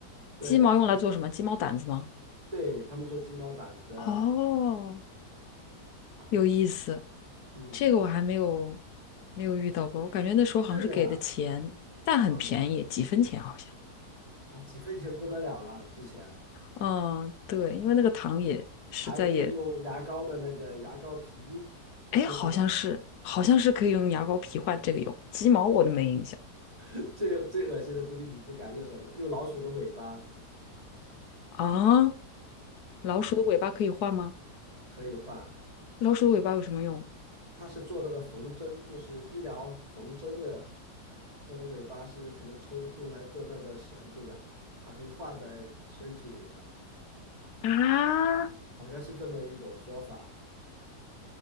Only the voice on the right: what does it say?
对
对，他们做鸡毛掸子
啊，
嗯，
这个啊，
嗯，
哦，几分钱不得了了，之前
还可以用牙膏的那个牙膏皮去换，
<laughs> 最最恶心的估计你不敢用什么，用老鼠的尾巴，
嗯，可以换，
它是做那个缝针，就是医疗缝针的那个尾巴是可能抽的用来做那个绳子的，它可以画在身体里的，
好像是这么一种说法。